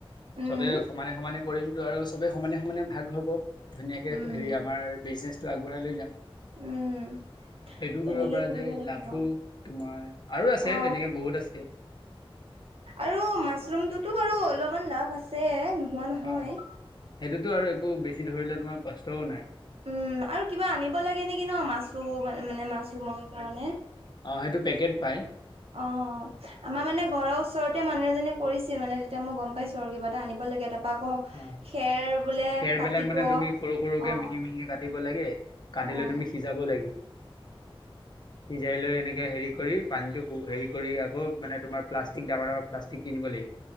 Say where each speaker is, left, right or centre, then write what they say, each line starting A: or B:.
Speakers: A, on the right (about 80°); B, on the left (about 50°).
A: উম
B: চ'বে সমানে সমানে কৰিম তো আৰু চবে সমানে সমানে ভাগ হ'ব। ধুনীয়াকে
A: উম
B: হেৰি আমাৰ বিজনেচটো আগবঢ়াই লৈ যাম।
A: উম।
B: সেইটোও
A: তেনেকেই
B: কৰিব পৰা যায়,
A: লাগিব
B: লাভ ও তোমাৰ আৰু আছে
A: অ
B: তেনেকে বহুত আছে।
A: আৰু মাছৰুমটোত' বাৰু অলপমান লাভ আছে, নোহোৱা নহয়।
B: অ সেইটোতো আৰু একো বেছি ধৰি লোৱা তোমাৰ কষ্টও নাই।
A: উম, আৰু কিবা আনিব লাগে নেকি ন'? মাছৰু মানে মাছৰুমৰ কাৰণে?
B: অঁ সেইটো পেকেট পাই।
A: অঁ আমাৰ মানে ঘৰৰ ওচৰত, তে মানুহ এজনীয়ে কৰিছিল মানে তেতিয়া মই গম পাইছো আৰু কিবা এটা আনিব লাগে তা ৰপা আকৌ
B: অ
A: খেৰ বোলে
B: খেৰবিলাক
A: কাটিব,
B: মানে তুমি সৰু সৰুকে
A: অ।
B: মিহি মিহিকে কাটিব লাগে কাটি
A: অ
B: লৈ তুমি সিজাব লাগিব সিজাই লৈ এনে কে হেৰি কৰি পানীটো হেৰি কৰি আকৌ মানে তোমাৰ প্লাষ্টিক ডাঙৰ ডাঙৰ প্লাষ্টিক কিনিব লাগিব